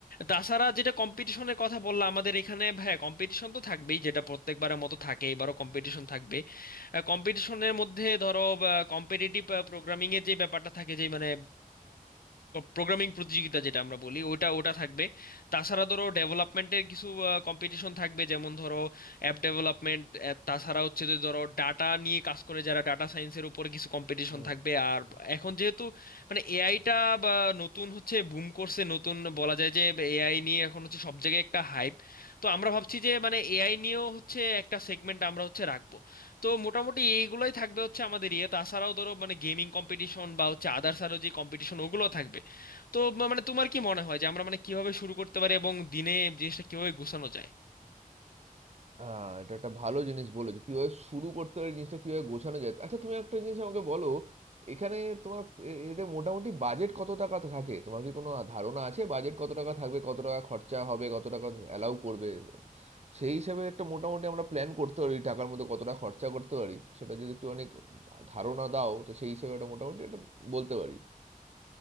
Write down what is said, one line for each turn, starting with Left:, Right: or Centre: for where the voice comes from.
Left: তাছাড়া যেটা কম্পিটিশনের কথা বললাম আমাদের এখানে হ্যাঁ কম্পিটিশন তো থাকবেই যেটা প্রত্যেকবারের মতো থাকে এবারও কম্পিটিশন থাকবে কম্পিটিশনের মধ্যে ধরো কম্পিটিটিভ প্রোগ্রামিং এর যে ব্যাপারটা থাকে যে মানে প্রোগ্রামিং প্রতিযোগিতা যেটা আমরা বলি ওটা ওটা থাকবে তাছাড়া ধরো ডেভেলপমেন্টের কিছু কম্পিটিশন থাকবে যেমন ধরো অ্যাপ ডেভেলপমেন্ট তাছাড়া হচ্ছে যে ধরো ডাটা নিয়ে কাজ করে যারা ডাটা সায়েন্সের উপরে কিছু কম্পিটিশন
Right: হুম
Left: থাকবে আর
Right: হুম।
Left: এখন যেহেতু মানে এআইটা বা নতুন হচ্ছে বুম করছে নতুন বলা যায় যে এআই নিয়ে এখন হচ্ছে সব জায়গায় একটা হাইপ তো আমরা ভাবছি যে মানে এআই নিয়েও হচ্ছে একটা সেগমেন্ট আমরা হচ্ছে রাখবো তো মোটামুটি এইগুলোই থাকবে হচ্ছে আমাদের ইয়ে তাছাড়াও ধরো মানে গেমিং কম্পিটিশন বা হচ্ছে আদার্স আরো যে কম্পিটিশন ওগুলো থাকবে তো মা- মানে তোমার কি মনে হয় যে আমরা মানে কিভাবে শুরু করতে পারি এবং দিনে জিনিসটা কিভাবে গোছানো যায়
Right: আহ এটা একটা ভালো জিনিস বলেছো। কিভাবে শুরু করতে হয় জিনিসটা কিভাবে গোছানো যায়। আচ্ছা তুমি একটা জিনিস আমাকে বলো এখানে তোমার এ এতে মোটামুটি বাজেট কত টাকা থাকে? তোমার কি কোনো ধারণা আছে বাজেট কত টাকা থাকবে? কত টাকা খরচা হবে? কত টাকা অ্যালাউ করবে? সেই হিসাবে একটা মোটামুটি আমরা প্ল্যান করতে পারি টাকার মধ্যে কতটা খরচা করতে পারি সেটা যদি একটু অনেক ধারণা দাও তো সেই হিসেবে একটা মোটামুটি একটা বলতে পারি।